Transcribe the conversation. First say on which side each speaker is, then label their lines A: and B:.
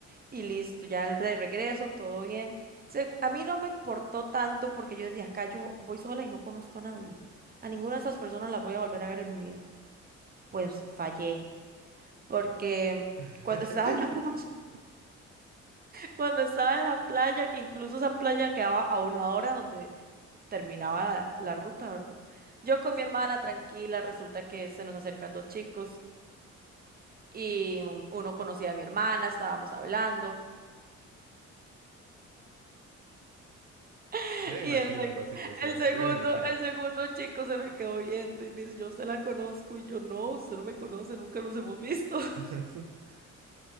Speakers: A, on the right; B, on the right.
A: Y listo, ya el de regreso, todo bien. Se- a mí no me importó tanto porque yo decía, acá yo voy sola y no conozco a nadie. A ninguna de esas personas las voy a volver a ver en mi vida. Pues fallé, porque
B: <laughs>
A: cuando estaba en la <laughs> playa, cuando estaba en la playa, que incluso esa playa quedaba a una hora donde terminaba la, la ruta, ¿verdad? Yo con mi hermana tranquila, resulta que se nos acercan dos chicos y un- uno conocía a mi hermana, estábamos hablando. <laughs>
B: Ya imagino
A: Y el, se-
B: la situación,
A: el segundo,
B: ya me imagino.
A: el segundo chico se me quedó viendo y me dice, yo usted la conozco y yo no, usted no me conoce, nunca nos hemos visto. <laughs>
B: <laughs>